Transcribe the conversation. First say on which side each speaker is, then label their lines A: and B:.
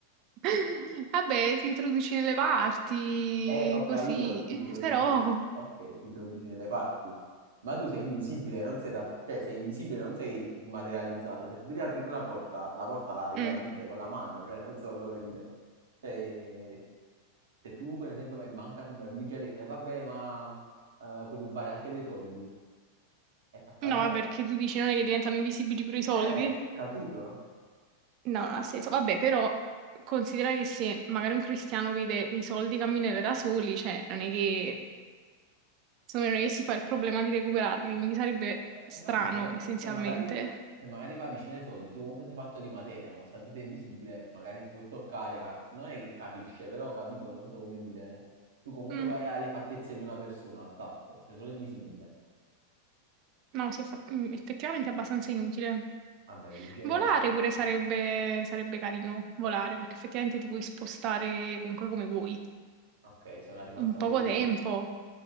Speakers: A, on the right (about 40°); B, on the right (about 60°).
A: <laughs> Vabbè, ti introduci nelle parti,
B: Eh, ho capito,
A: così,
B: ti introduci
A: però...
B: nel... Ok, ti introduci nelle parti. Ma tu sei invisibile, non sei, tras- cioè, sei invisibile, non sei smaterializzato. Se tu devi aprire una porta, la porta la devi
A: mm.
B: aprire con la mano, cioè, non so come dire. Cioè, Se tu, per esempio, vai in banca a rubare, lui ci ha detto, "Eh, vabbè, ma eh, puoi rubare anche dei soldi. Eh, ho capito,
A: No, vabbè,
B: ma...
A: perché tu dici non è che diventano invisibili pure i soldi?
B: Eh, capito?
A: No, non ha senso. Vabbè, però considera che se magari un cristiano vede dei soldi camminare da soli, cioè non è che, secondo me non è che si fa il problema di recuperarli, quindi sarebbe
B: E
A: strano
B: eh, eh, vabbè, però,
A: essenzialmente.
B: se magari, se magari va vicino ai soldi, tu comunque sei fatto di materia, nonostante sei invisibile, magari ti può toccare, capi- non è che capisce, però, capito, non so come dire. Tu comunque
A: Mm,
B: vai alle fattezze di una persona, al tatto, sei solo invisibile.
A: no, si è fatto, mm, effettivamente è abbastanza inutile.
B: Vabbè, Luigi è
A: Volare
B: un rimasto.
A: pure sarebbe, sarebbe carino, volare, perché effettivamente ti puoi spostare comunque come vuoi,
B: Ok, sei una rimasta
A: in poco
B: pure tu.
A: tempo.